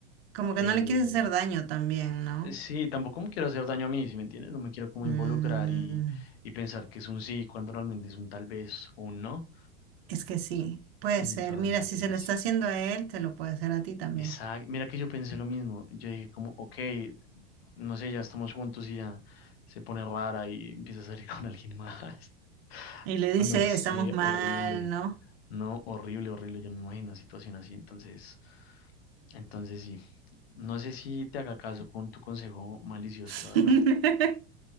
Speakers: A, on the right (about 65°); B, on the left (about 70°).
A: Como que
B: Eh,
A: no le quieres hacer daño también, ¿no?
B: sí, tampoco me quiero hacer daño a mí, si me entiendes? No me quiero como
A: Mm,
B: involucrar y, y pensar que es un sí cuando realmente es un tal vez o un no.
A: es que sí, puede
B: Entonces,
A: ser. Mira, si se lo está haciendo a él, te lo puede hacer a ti también.
B: esa, mira que yo pensé lo mismo. Yo dije como, ok, no sé, ya estamos juntos y ya se pone rara y empieza a salir <laughs> con alguien más. <laughs>
A: Y le
B: O
A: dice,
B: no sé,
A: estamos mal,
B: horrible.
A: ¿no?
B: No, horrible, horrible. Yo no me imagino una situación así. Entonces... Entonces sí, no sé si te haga caso con tu consejo malicioso,
A: <laughs>
B: la verdad.